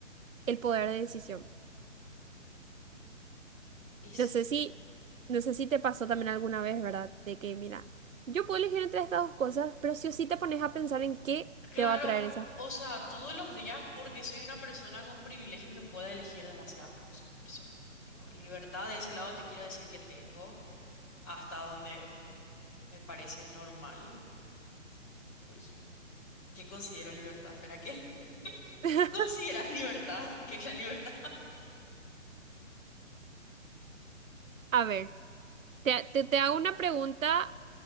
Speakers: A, on the right (about 85°); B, on the left (about 25°).
A: el poder de decisión.
B: Y sí.
A: No sé si, no sé si te pasó también alguna vez, ¿verdad? De que, mira, yo puedo elegir entre estas dos cosas, pero sí o sí te pones a pensar en qué
B: Claro,
A: te va a traer esa.
B: o sea, todos los días porque soy una persona con privilegios que puede elegir demasiadas cosas, por suerte. Tengo libertad de ese lado, te quiero decir que tengo hasta donde me parece normal. Uy, ¿qué considero libertad, Fera? ¿Qué, <laughs>
A: <laughs>
B: qué consideras libertad? <laughs> ¿Qué es la libertad?
A: A ver. Te, te, te hago una pregunta